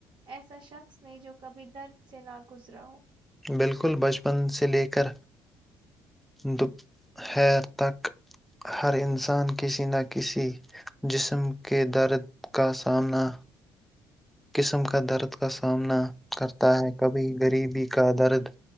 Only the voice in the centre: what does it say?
بالکل بچپن سے لے کر دوہر تک ہر انسان کسی نہ کسی جسم کے درد کا سامنا قسم کا درد کا سامنا کرتا ہے کبھی غریبی کا درد